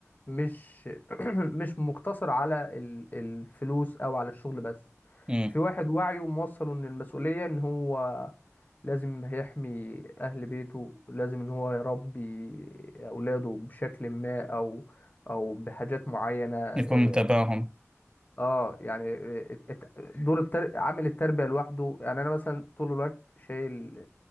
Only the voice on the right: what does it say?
مم.
يكون متابعهم